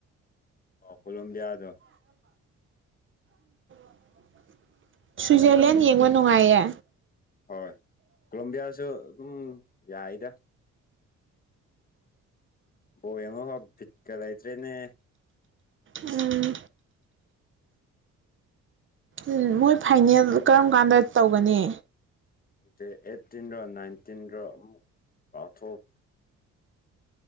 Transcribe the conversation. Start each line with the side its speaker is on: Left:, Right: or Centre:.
Left: ꯀꯣꯂꯣꯝꯕꯤꯌꯥꯗꯣ
Right: <unintelligible> ꯁ꯭ꯋꯤꯖꯔꯂꯦꯟ ꯌꯦꯡꯕ ꯅꯨꯡꯉꯥꯏꯌꯦ
Left: ꯍꯣꯏ ꯀꯣꯂꯣꯕꯤꯌꯥꯁꯨ ꯑꯗꯨꯝ ꯌꯥꯏꯗ ꯕꯣꯏ ꯑꯃꯐꯥꯎ ꯤꯛꯀ ꯂꯩꯇ꯭ꯔꯦꯅꯦ
Right: ꯎꯝ ꯎꯝ ꯃꯣꯏ ꯐꯥꯏꯅꯦꯜ ꯀꯔꯝ ꯀꯥꯟꯗ ꯇꯧꯒꯅꯤ
Left: ꯑ ꯑꯩꯠꯇꯤꯟꯗ ꯅꯥꯏꯟꯇꯤꯟꯗ ꯑꯃꯨꯛ ꯑꯊꯣꯛ